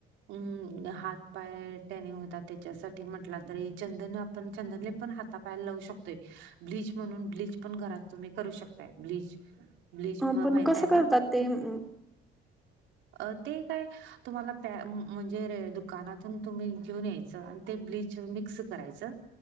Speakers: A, on the right; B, in the centre.
A: हम्म हात पाय टनेंग होता त्याच्यासाठी म्हटला तरी चंदन आपण चंदन पण हात पायला लावू शकतोय ब्लीच म्हणून ब्लीच पण घरात तुम्ही करू शकताय ब्लीच. ब्लीच
B: अ,
A: म
B: पण
A: माहित
B: कसं
A: आहे
B: करतात
A: ना ते
B: अं,
A: अ ते काय तुम्हाला म्हणजे दुकानातून तुम्ही घेऊन यायचं आणि ते ब्लीच मिक्स करायचं